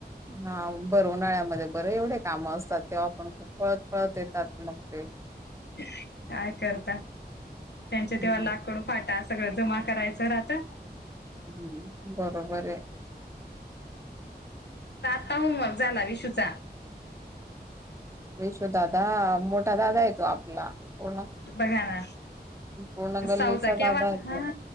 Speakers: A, on the right; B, on the left.
A: हा भरं उन्हाळ्यामध्ये बर एवढे काम असतात तेव्हा आपण खूप पळत पळत येतात मग ते
B: काय करता त्यांचे
A: हम्म
B: तेव्हा लाकडू फाटा सगळ जमा करायचं राहता.
A: हम् बरोबर आहे.
B: आता होमवर्क झाला इशू च
A: विशूदादा मोठा दादा य तो आपला पूर्ण
B: बघा ना,
A: पूर्ण
B: सावचा
A: गल्लीचा दादा
B: केव्हाचा
A: आहे तो.
B: हा